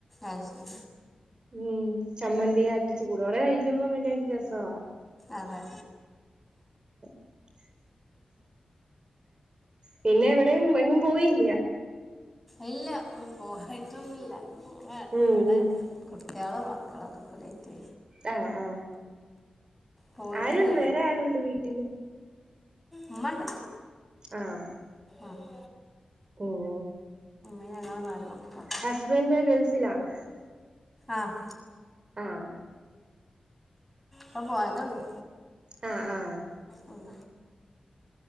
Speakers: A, in the centre; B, on the right.
A: ആഹ് ശരി
B: ഉം ചമ്മന്തിയും ആട്ടിച്ച് ചൂടോടെ കഴിക്കുമ്പോ പിന്നെ ഒരു രസവാ
A: അതെ
B: <unintelligible> പിന്നെ എവിടെയും എങ്ങും പോയില്ലയോ
A: ഇല്ല പോയിട്ടൊന്നുല്ല
B: ഉം
A: ഇവിടെ
B: ഉം
A: കുട്ടിയാളും മക്കളും ഒക്കെ കുലറ്റ്
B: അ ആഹ്
A: പോയിട്ടില്ല
B: ആരുണ്ട് വേറെ ആരുണ്ട് വീട്ടില്
A: ഉമ്മണ്ട്
B: ആഹ്
A: ആഹ്
B: ഓഹ്
A: ഞങ്ങള് നാല് മക്കള്
B: ഹസ്ബൻ്റ് ഗൾസിലാണോ
A: ആഹ്
B: ആഹ്
A: പ്പോ പോയതല്ലു
B: അ ആഹ്
A: ഉം